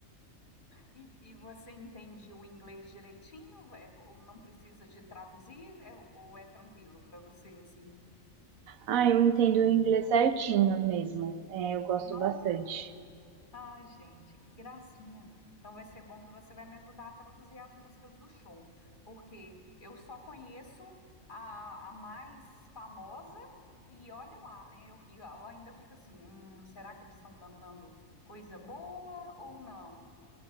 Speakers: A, on the left; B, on the right.
A: E, e você entende o inglês direitinho? É, ou não precisa de traduzir? É, ou é tranquilo para você, assim?
B: Ah, eu entendo o inglês certinho mesmo. É, eu gosto
A: Não,
B: bastante.
A: Ai, gente, que gracinha. Então vai ser bom que você vai me ajudar a traduzir as músicas do show, porque eu só conheço a, a mais famosa e olhe lá, né? Eu, fi- eu ainda fico assim, "Hum, será que eles estão cantando coisa boa ou não?